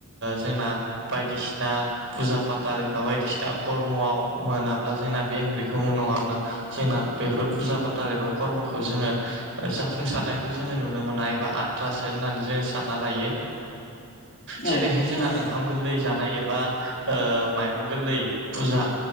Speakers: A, on the right; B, on the left.
A: जोंना बायदिसिना फुजा फाथाल एबा बायदिसिना खर्म'आव मोनाब्ला जोंना बे ओंख्रिखौ नङाब्ला जोंना बेफोर फुजा फाथाल एबा खर्म'खौ जोङो जाफुंसारनायखौ जोङो नुनो मोना एबा आद्रासो होननानै जोङो सानो सानना लायो जेरैहाय
B: औ
A: जोंहा
B: नंगौ
A: ओंखाम
B: नोंथां
A: गोरलै जानाय एबा ओ माइरं गोरलै फुजा